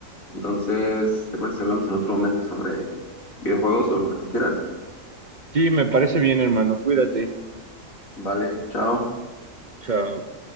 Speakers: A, on the left; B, on the right.
A: Entonces, ¿te parece si hablamos en otro momento sobre videojuegos o lo que tú quieras?
B: sí, me parece bien, hermano. Cuídate.
A: Vale, chao.
B: Chao.